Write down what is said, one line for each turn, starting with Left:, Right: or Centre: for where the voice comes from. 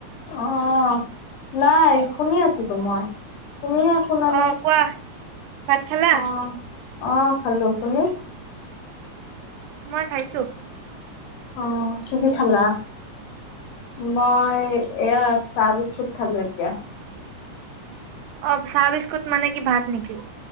Left: অ' নাই শুনি আছো তো মই। তুমিহে শুনা
Right: অ
Left: নাই,
Right: কোৱা ভাত খালা?
Left: অ অ', খালো তুমি?
Right: মই খাইছোঁ।
Left: অ' কিদি খালা? মই এয়া চাহ বিস্কুট খালো এতিয়া।
Right: অ' চাহ বিস্কুট মানে কি ভাত নেকি? <unintelligible>